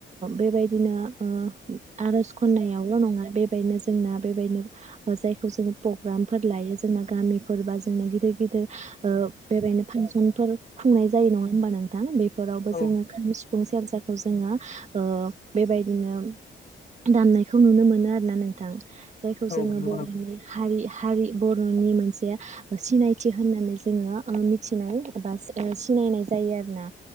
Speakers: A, on the right (about 35°); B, on the left (about 40°).
A: बेबायदिनो ओ आर'ज खन्नायावल' नङा बेबायदिनो जोंना बेबायदिनो जायखौ जोङो प्रग्रामफोर लायो जोंना गामिफोर बा जोंना गिदिर गिदिर ओ बेबायदिनो फांसनफोर खुंनाय जायो नङा होमबा नोंथां बेफोरावबो
B: औ
A: जोङोखाम, सिफुं, सोरजाखौ जोङो ओ बेबायदिनो दामनायखौ नुनो मोनो आरोना नोंथां। जायखौ
B: औ
A: जोङो
B: नंगौ
A: बर'नि
B: नोंथां
A: हारि हारि बर'नि मोनसे सिनायथि होननानै जोङो मिथिनाय बा सिनायनाय जायो आरोना।